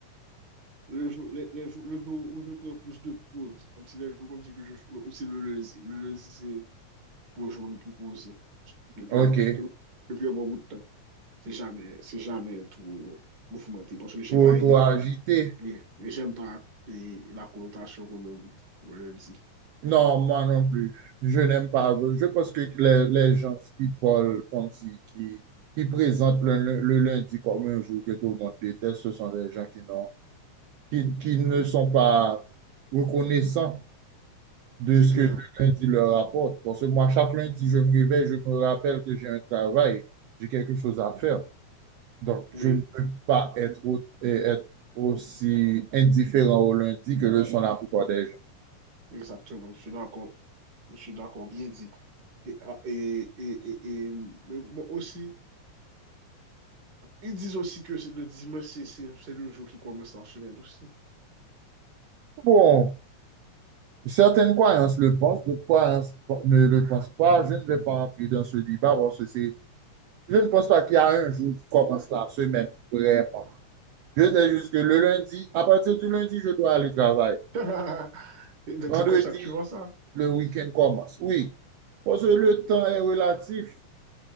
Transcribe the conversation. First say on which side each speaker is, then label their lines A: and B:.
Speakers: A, on the right; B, on the right.
A: le jour, les- les jours- le jour où je prends plus de pauses, comme si les jours, comme si, que je, comme si le lundi, le lundi, c'est le jour le plus posé, le plus
B: OK.
A: bon, le plus bon bout de temps. C'est jamais, c'est jamais trop mouvementé, parce que j'ai
B: Pour
A: pas
B: toi
A: aimé,
B: agiter.
A: et- et j'aime pas et la connotation qu'on donne au lundi.
B: Non, moi non plus. Je n'aime pas. Je pense que les, les gens qui parlent comme si, qui, qui présentent le, le- le lundi comme un jour que tout le monde déteste, ce sont des gens qui n'ont, qui, qui ne sont pas reconnaissants de
A: C'est
B: ce
A: clair,
B: que le lundi leur apporte. Parce que moi, chaque lundi, je me réveille, je me rappelle que j'ai un travail, j'ai quelque chose à faire. Donc, je
A: oui.
B: ne peux pas être, au- et être aussi indifférent au lundi que le sont la plupart des gens.
A: Exactement, je suis d'accord. Je suis d'accord, bien dit. Et, ah, et, et, et, et, mais bon, aussi, ils disent aussi que c'est le dimanche, c'est c'est- c'est le jour qui commence la semaine aussi.
B: Bon, certaines croyances le pensent, d'autres croyances ne le pensent pas. Je ne vais pas entrer dans ce débat parce que c'est, je ne pense pas qu'il y a un jour qui commence la semaine, vraiment. Je sais juste que le lundi, à partir du lundi, je dois aller travailler.
A: <laughs> Et Donc,
B: Vendredi,
A: c'est comme ça que tu vois ça.
B: le week-end commence. Oui, parce que le temps est relatif.